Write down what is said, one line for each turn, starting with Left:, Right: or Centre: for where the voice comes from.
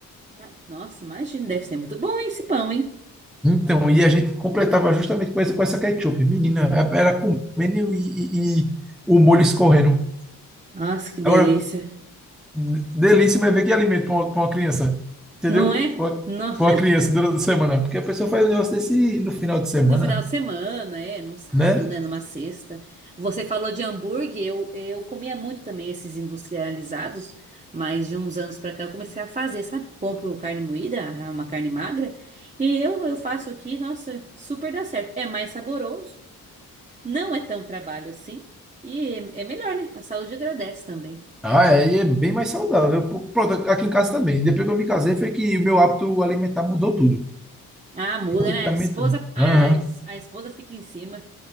Right: Ma- Nossa, imagina, deve ser muito bom hein, esse pão, hein?
Centre: Então, e a gente completava justamente com essa, com essa ketchup. Menina, era comendo e, e- e o molho escorrendo.
Right: Nossa, que delícia.
Centre: Agora, d- delícia, mas ver que alimento para uma, pra uma criança, entendeu?
Right: Não é?
Centre: Para uma,
Right: No, <laughs>
Centre: pra uma criança durante a semana. Porque a pessoa faz um negócio desse no final de semana,
Right: no final de semana, é, num sábado,
Centre: né?
Right: né, numa sexta. Você falou de hambúrguer, eu, eu comia muito também esses industrializados, mas de uns anos pra cá eu comecei a fazer, sabe? Compro carne moída, ah, uma carne magra, e eu, eu faço aqui, nossa, super dá certo. É mais saboroso, não é tão trabalho assim, e é, é melhor, né? A saúde agradece também.
Centre: Ah, é, e é bem mais saudável. Pô, Pronto, aqui em casa também. Depois que eu me casei, foi que o meu hábito alimentar mudou tudo.
Right: Ah, muda,
Centre: Praticamente
Right: né? A esposa,
Centre: tudo.
Right: a,
Centre: Aham.
Right: es- a esposa fica em cima.